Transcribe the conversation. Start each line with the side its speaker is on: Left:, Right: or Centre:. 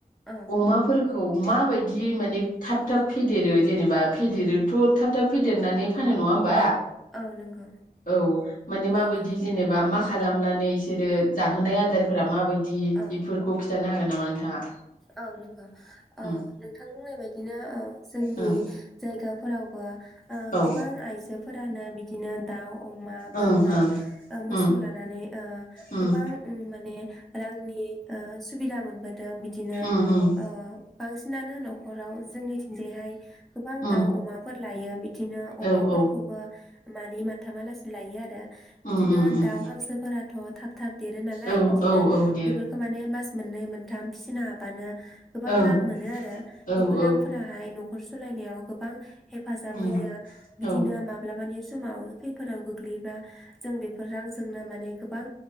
Centre: औ
Left: अमाफोर खौ माबायदियै माने थाब थाब फेदेरो जेनेबा फेदेरोथ' थाब थाब फेदेरनानै फानो नङा होमबा?
Centre: औ नंगौ
Left: औ माने
Centre: बिदिनो
Left: माबायदि जेनेबा माख खालामनानै इसोरो जाहोनाय आदारफोरा माबायदि दि
Centre: औ
Left: बेफोरखौ खि थानो हागोन नामा नोंथाङा?
Centre: औ नंगौ।
Left: उम
Centre: ओ नोंथां बुंनाय बायदिनो ओ जोंनि
Left: उम
Centre: जायगाफोरावबो ओ
Left: औ
Centre: गोबां आइजोफोरानो बिदिनो दाउ अमा, बोरमा,
Left: ओं ओं
Centre: मोसौ
Left: उम
Centre: लानानै ओ
Left: उम
Centre: गोबां उम माने रांनि ओ सुबिदा मोनबोदों बि दिनो
Left: उम उम
Centre: ओ बांसिनानो न' खराव जोंनिथिंजायहाय गोबां
Left: उम
Centre: दाउ अमाफोर लायो बि बिदिनो अमाफोरखौबो
Left: औ औ
Centre: मानै माथामालासिनो लायो आरो बिदिनो
Left: उम उम उम
Centre: दाउ हांसोफोराथ' थाब थाब देरो नालाय
Left: औ
Centre: बिदिनो
Left: औ औ दे
Centre: बेफोरखौ माने मास मोननै मोनथाम फिसिनो हाबानो गोबां
Left: ओं
Centre: रां मोनो आरो
Left: औ
Centre: बेफोर
Left: औ
Centre: रांफोराहाय न न'खर सालायनायाव गोबां हेफाजाब
Left: उम
Centre: होयो बिदिनो
Left: औ
Centre: माब्लाबानि समाव खैफोदाव गोग्लैयोब्लाा जों बेफोर रांजोंनो माने गोबां